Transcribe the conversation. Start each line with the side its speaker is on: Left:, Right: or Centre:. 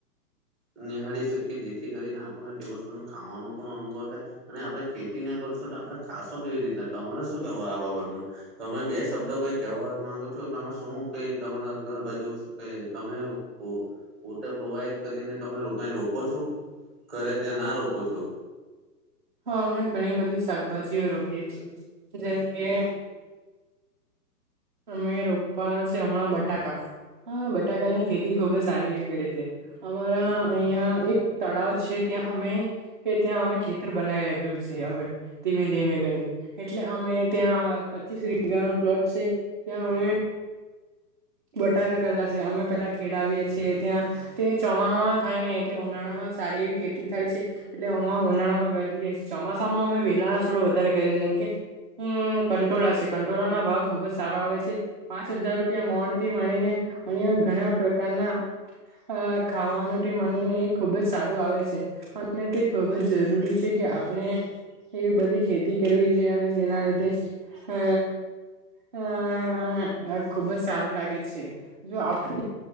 Centre: નિહાળી શકીએ જેથી કરીને આપણને તે વસ્તુ ન ખાવાનો પણ અનુભવ થાય. અને આપડણે ખેતી ના કરશું તો આપડણે ખાસો કેવી રીતના તમારે શું કહેવાય આ બાબતમાં. તમે બે શબ્દો કઈ કવા માંગો છો તમે. શું કઈ તમારા ઘર બાજુ ક તમે. પોતે પ્રોવાઈડ કરીને તમે રોકાઈ રોપો છો ઘરે કે ના રોપો છો.
Right: હા અમે ઘણી બધી શાકભાજીઓ રોપીએ છીએ જેમકે. અમે રોપવાના છે હમણાં બટાકા બટાકાની ખેતી ખુબ જ સારી એવી કરી છ છેએ. અમારા અહિયાં એક તળાવ છે ત્યાં અમે. એ ત્યાં અમે ખેતર બનાવી રહું છે હવે. ધીમે ધીમે કરીને એટલે અમે ત્યાં પચીસ વીઘા નો પ્લોટ છે ત્યાં અમે. બટાકા કલા છે અમે પેલા ખેડાવીએ છીએ ત્યાં. તે ચોમાહમાં થાય નહીં એટલે ઉનાળામાં સારી એવી ખેતી થાય છે. એટલે અ ઉનાળામાં કરી રહ્યાી ચોમાસામાં અમે વેલા છોડ વધારે કરી છેમ કે. હમ કંટોળા છે કંટોળા ના ભાવ ખુબ જ સારો આવે છે પાંચ હજાર રૂપિયા મોણ. થી માણીને અ ઘણા પ્રકારના. અ ખાવાનો થી મનેને એ ખૂબ જ સારું આવે છે અને તે ખૂબ જ જરૂરી છે કે. આપણે એવી બધી ખેતી કરવી જોઈએ અને જેના લીધે અ. હ હા ખુબજ સારું લાગે છે જો આપ.